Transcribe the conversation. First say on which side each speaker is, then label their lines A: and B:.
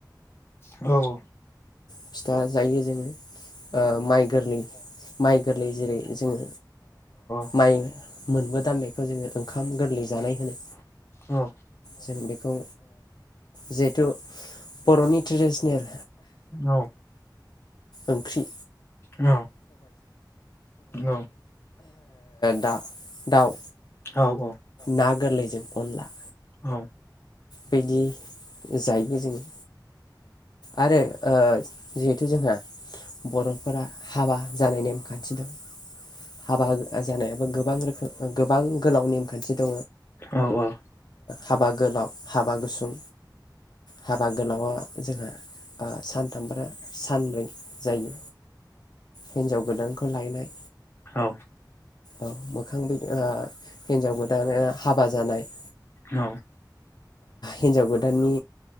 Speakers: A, on the left; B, on the left.
A: औ औ
B: फिथा जायो जोङो। ओ माइ गोरलै। माइ गोरलै जेरै जोङो।
A: औ
B: माइ मोनबो दांनायखौ जोङो ओंखाम गोरलै जानाय होनो
A: औ
B: जों बेखौ जिहेथु बर'नि ट्रेडिसनेल।
A: औ
B: ओंख्रि
A: औ औ
B: दा दाउ
A: औ औ
B: ना गोरलैजों खनला
A: औ
B: बायदि जायो। <unintelligible> आरो ओ जिहेथु जोंहा बर'फोरा हाबा जानाय नेमखान्थि दं हाबा जानायाबो गोबां रोखोम गोबां गोलाव नेमखान्थि दं।
A: औ औ
B: हाबा गोलाव हाबा गुसुं। हाबा गोलावा जोंहा सानथामबा सानब्रै जायो। हिनजाव गोदान खौ लायनाय,
A: औ।
B: औ मोखां बि ओ हिनजाव गोदानो हाबा जानाय,
A: औ।
B: हिनजाव गोदाननि